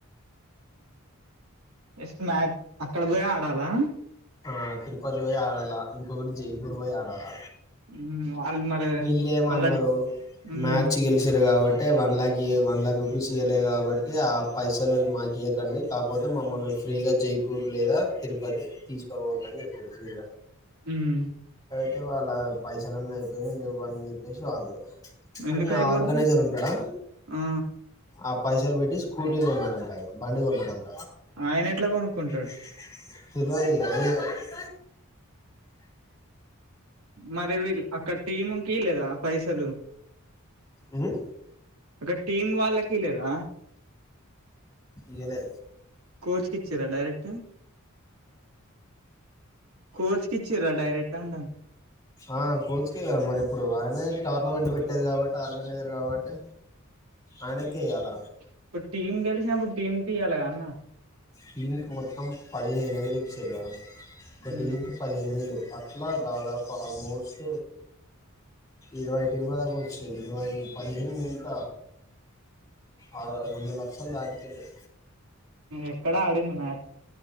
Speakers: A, on the right; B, on the left.
A: ఎస్ మ్యాచ్ అక్కడ పోయి ఆడాలా
B: ఆ తిరుపతి పోయి ఆడాలా ఇంకొకటి జైపూర్ పోయి ఆడాలా
A: మ్మ్ వాళ్ళు మరి
B: వీళ్లు ఏమన్నారు
A: మళ్ళా మ్మ్
B: మ్యాచ్ గెలిచారు కాబట్టి అంటే one lakh one lakh rupees ఇవ్వలేదు కాబట్టి ఆ పైసలు మాకు ఇయ్వకండి కాకపోతే మమ్మల్ని ఫ్రీగా జైపూర్ లేదా తిరుపతి తీసుకపోండి అని చెప్పారు ఫ్రీగా
A: ఉమ్
B: అంటే వాళ్ళ పైసలున్నీ అయిపోయినాయి లేవ ని చెప్పేసి వాళ్ళు కానీ
A: ఎందుకు అయిపోద్ది
B: ఆ ఆర్గనైజర్ ఉంటాడా
A: ఆ
B: అప్ పైసలు పెట్టి స్కూటీ కొన్నాడంట ఈగో బండి కొన్నాడంట
A: ఆయన ఎట్లా కొనుక్కుండు
B: తెలువదు కదా ఇగో
A: మరి వీళ్లు అక్కడ టీముకి లేదా పైసలు
B: ఉమ్
A: ఒక టీమ్ వాళ్ళకి లేదా
B: ఇయ్యలే
A: కోచ్ కి ఇచ్చిరా డైరెక్ట్ కోచ్ కి ఇచ్చిర్రా డైరెక్ట్ అంటన్న
B: ఆ కోచ్కేగా మరి ఇప్పుడు ఆయనే టోర్నమెంట్ పెట్టేది కాబట్టి ఆర్గనైజర్ కాబట్టి ఆయనకే ఇయ్యాల
A: ఇప్పుడు టీమ్ గెలిచినప్పుడు టీమ్కి ఇయాల గా అన్న
B: టీం కి మొత్తం పదిహేను వేలు ఇచ్చారు ఒక
A: హ్మ్.
B: టీం కి పదిహేను వేలు అట్లా దాదాపు ఆల్మోస్ట్ ఇరవై టీ మూల దగ్గ వచ్చు ఇరవై పదిహేను ఎంత ఆ రెండు లక్షలు దాటిపోయింది
A: ఎక్కడా ఆడింది మ్యాచ్